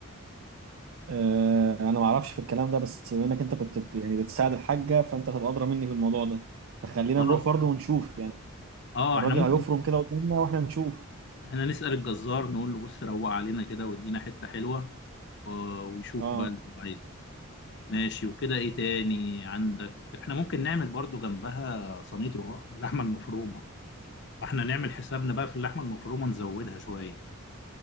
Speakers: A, on the right; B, on the left.
A: آه، انا ما اعرفش في الكلام ده بس بما انك انت كنت ب- يعني بتساعد الحاجه فانت هتبقى ادرى مني في الموضوع ده فخلينا
B: خلاص
A: نروح برضو ونشوف يعني
B: اه
A: الراجل
B: احنا ممكن
A: هيفرم كده قدامنا واحنا نشوف
B: احنا نسأل الجزار نقول له بص روق علينا كده وادينا حتة حلوة و- ويشوف
A: اه
B: بقى اللي هو عايزه ماشي وكده ايه تاني عندك احنا ممكن نعمل برضو جنبها صينية رقاق اللحمة المفرومة احنا نعمل حسابنا بقى في اللحمة المفرومة نزودها شوية